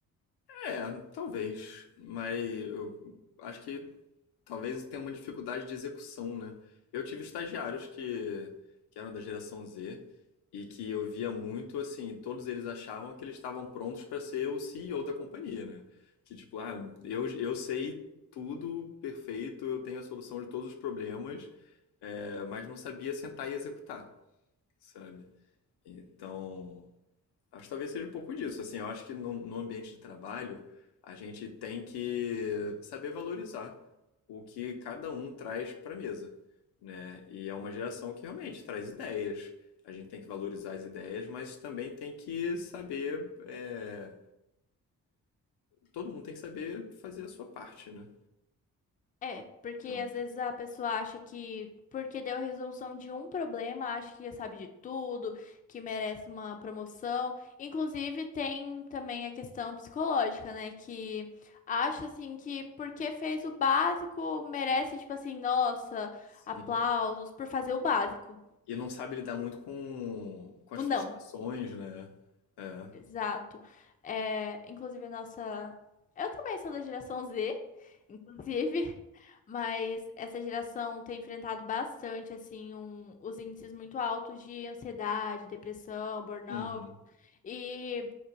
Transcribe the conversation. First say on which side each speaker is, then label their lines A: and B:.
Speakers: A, on the left (about 75°); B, on the left (about 20°).
A: É, talvez. Mas eu acho que talvez tenha uma dificuldade de execução, né? Eu tive estagiários que, que eram da geração Z e que eu via muito assim, todos eles achavam que eles estavam prontos para ser o CEO da companhia, né? Que tipo, ah, eu, eu sei tudo perfeito, eu tenho a solução de todos os problemas, é, mas não sabia sentar e executar, sabe? Então, Acho que talvez seja um pouco disso. Assim, eu acho que no, no ambiente de trabalho a gente tem que saber valorizar o que cada um traz para a mesa, né? E é uma geração que realmente traz ideias. A gente tem que valorizar as ideias, mas também tem que saber. é, Todo mundo tem que saber fazer a sua parte, né?
B: É, porque
A: Então,
B: às vezes a pessoa acha que porque deu a resolução de um problema, acha que já sabe de tudo, que merece uma promoção. Inclusive, tem também a questão psicológica, né? Que acha assim que porque fez o básico, merece, tipo assim, nossa,
A: sim.
B: aplausos por fazer o básico.
A: E não sabe lidar muito com, com as
B: O não.
A: frustrações, né? É.
B: Exato. É, inclusive, a nossa. Eu também sou da geração Z, inclusive, <laughs> mas essa geração tem enfrentado bastante, assim, um- os índices muito altos de ansiedade, depressão, burnout.
A: Uhum.
B: E,